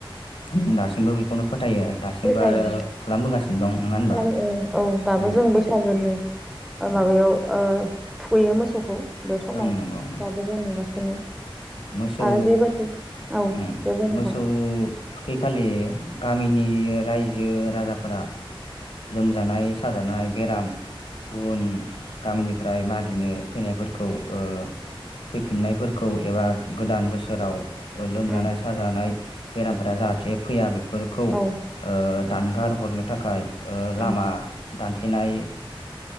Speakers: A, on the left; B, in the centre.
A: <unintelligible> जों दासिमबो बेखौनो फोथायो दासिमबो
B: फोथायो
A: आरो
B: खालाम
A: खालामबोगासिनो दं नङा होनबा
B: ओ औ दाबो
A: उम
B: जों बैसागोनि
A: उम।
B: माबायाव ओ थुखैयो मोसौखौ बे समाव
A: ओं नंगौ नंगौ
B: दाबो जों नुगासिनो
A: मोसौ
B: आरो बेबायदिनो औ
A: उम
B: दे बुं नोंथां
A: मोसौ थुखैखालि गामिनि रायजो राजाफोरा लोमजानाय साजानाय बेराम गुबुन गामिनिफ्राय मागिनो फैनाय फोर खौ ओ फैफिननायफोरखौ एबा गोदान बोसोराव लोमजानाय
B: उम
A: साजानाय बेरामफोरा जाहाथे फैया बेफोरखौ
B: औ
A: ओ दानगार हरनो थाखाय ओ लामा
B: उम
A: दानथेनाय